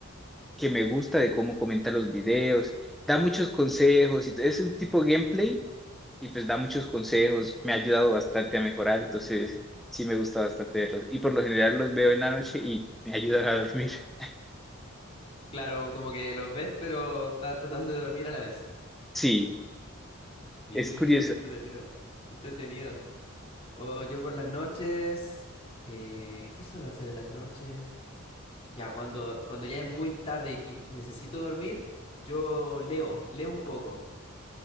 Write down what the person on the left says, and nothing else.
Claro, como que los ves, pero estás tratando de dormir a la vez.
Mira,
qué entretenido. Qué entretenido. O yo por las noches, eh, ¿qué suelo hacer en las noches? Ya, cuando, cuando ya es muy tarde y, y necesito dormir, yo leo, leo un poco.